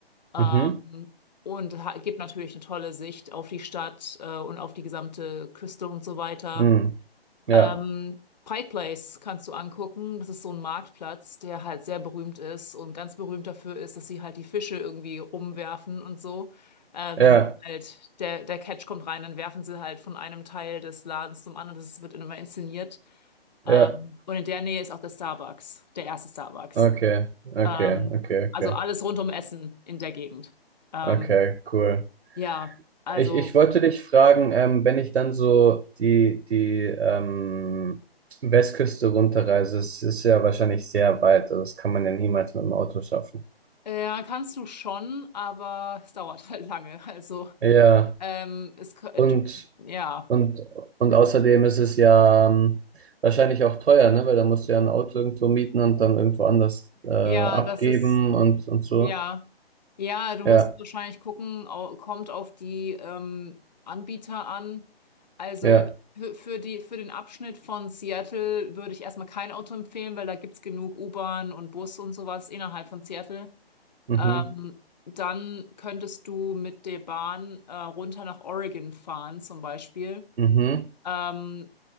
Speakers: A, on the left; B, on the right.
A: Ähm,
B: Mhm.
A: und ha- gibt natürlich eine tolle Sicht auf die Stadt äh, und auf die gesamte Küste und so weiter.
B: Hm. Ja.
A: Ähm, Pike Place kannst du angucken. Das ist so ein Marktplatz, der halt sehr berühmt ist und ganz berühmt dafür ist, dass sie halt die Fische irgendwie rumwerfen und so. Äh,
B: Ja.
A: wenn halt der, der Catch kommt rein, dann werfen sie halt von einem Teil des Ladens zum anderen. Das wird immer inszeniert.
B: Ja.
A: Ähm, und in der Nähe ist auch der Starbucks, der erste Starbucks.
B: Okay. Okay.
A: Ähm,
B: Okay.
A: also
B: Okay.
A: alles rund um Essen in der Gegend. Ähm,
B: Okay. Cool.
A: ja, also
B: Ich, ich wollte dich fragen, ähm, wenn ich dann so die, die ähm, Westküste runterreise, es ist ja wahrscheinlich sehr weit, also das kann man ja niemals mit dem Auto schaffen.
A: äh, kannst du schon, aber es dauert halt lange. <laughs> Also
B: Ja,
A: ähm, es, kö-
B: und,
A: du, ja,
B: und, und außerdem ist es ja ähm, wahrscheinlich auch teuer, ne? Weil da musst du ja ein Auto irgendwo mieten und dann irgendwo anders äh, abgeben
A: ja, das ist
B: und, und so.
A: ja, ja, du musst
B: Ja,
A: wahrscheinlich gucken, au- kommt auf die ähm, Anbieter an. Also
B: ja,
A: für, für die für den Abschnitt von Seattle würde ich erstmal kein Auto empfehlen, weil da gibt's genug U-Bahn und Bus und sowas innerhalb von Seattle.
B: mhm,
A: Ähm, dann könntest du mit der Bahn äh, runter nach Oregon fahren, zum Beispiel.
B: mhm,
A: Ähm,